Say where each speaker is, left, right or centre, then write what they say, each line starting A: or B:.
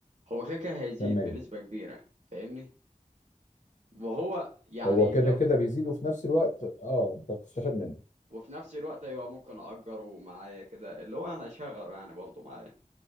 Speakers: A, on the right; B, on the left.
A: هو كده كده هيزيد
B: تمام
A: بنسبة كبيرة فاهمني وهو يعني
B: هو كده
A: لو
B: كده بيزيد وفي نفس الوقت اه انت بتستفاد منه
A: وفي نفس الوقت ايوه ممكن اجره معايا كده اللي هو انا اشغله يعني برضه معايا